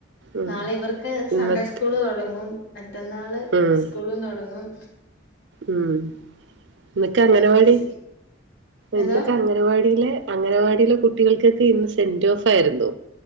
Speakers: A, on the right; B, on the left.
A: ഉം
B: നാളെ ഇവർക്ക് സൺഡേ
A: ഇന്നത്തെ
B: സ്കൂള് തുടങ്ങും മറ്റന്നാള്
A: ഉം
B: സ്കൂളും തൊടങ്ങും
A: ഉം ഇന്നൊക്കെ അംഗനവാടി
B: ബിസി എന്തോ
A: ഇന്നൊക്കെ അംഗനവാടിയിലെ അംഗനവാടിയിലെ കുട്ടികൾക്കൊക്കെ ഇന്ന് സെന്റ് ഓഫായിരുന്നു